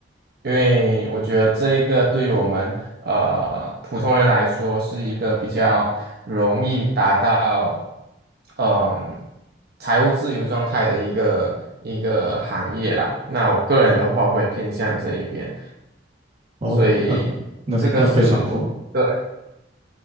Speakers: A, on the right; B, on the right.
A: 因为我觉得这一个对于我们。呃普通人来说是一个比较容易达到嗯财务自由状态的一个一个行业啦。那我个人的话会偏向这一边，
B: 哦，
A: 所以这个是我。
B: 那那那非常酷。
A: 对，